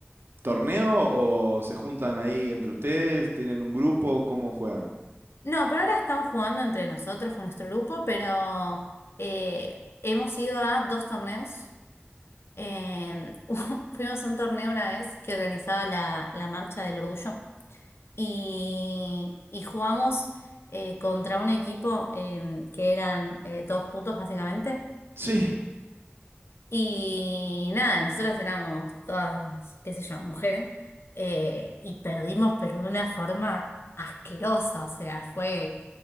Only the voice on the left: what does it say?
No, pero ahora estamos jugando entre nosotros con nuestro grupo, pero eh, hemos ido a dos torneos Eh, <laughs> fuimos a un torneo una vez que organizaba la, la Marcha del Orgullo y, y jugamos eh, contra un equipo eh, que eran eh, todos putos básicamente.
Y nada, nosotras éramos todas, qué sé yo, mujeres eh, y perdimos pero de una forma asquerosa, o sea, fue,